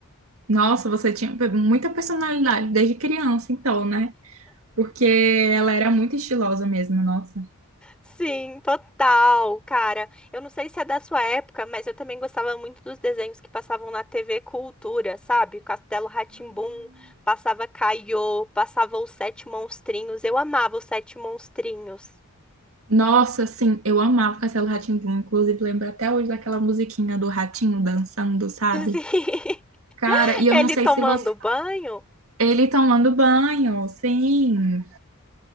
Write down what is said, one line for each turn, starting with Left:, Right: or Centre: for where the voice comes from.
Right: Nossa, você tinha muita personalidade desde criança, então, né? Porque ela era muito estilosa mesmo, nossa.
Centre: Sim, total, cara. Eu não sei se é da sua época, mas eu também gostava muito dos desenhos que passavam na TV Cultura, sabe? Castelo rá tim passava Caiô, passava Os Sete Monstrinhos. Eu amava Os Sete Monstrinhos.
Right: Nossa, assim, eu amava Castelo rá tim Inclusive, lembro até hoje daquela musiquinha do ratinho dançando, sabe?
Centre: <laughs> Sim.
Right: Cara, e eu
Centre: Ele
Right: não sei
Centre: tomando
Right: se você.
Centre: banho?
Right: Ele tomando banho, sim.